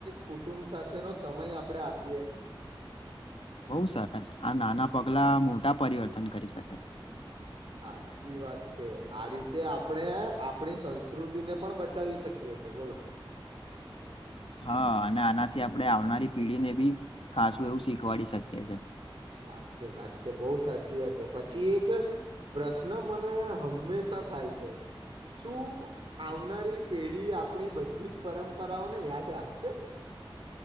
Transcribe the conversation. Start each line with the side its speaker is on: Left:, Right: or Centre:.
Right: કુટુંબ સાથેનો સમય આપણે આપીએ
Left: બોઉ સરસ આ નાના પગલા મોટા પરિવર્તન કરી શકે છે
Right: સાચી વાત છે આ રીતે આપણે આપણી સંસ્કૃતિને પણ બચાવી શકીએ છે બોલો
Left: હા અને આનાથી આપણે આવનારી પેઢીને ભી ખાસું એવું શીખવાડી શકીએ છે
Right: સાચે સાચે બો સાચી વાત છે પછી એક પ્રશ્ન મને હંમેશા થાય છે શું આવનારી પેઢી આપણી બધી જ પરંપરાઓને યાદ રાખશે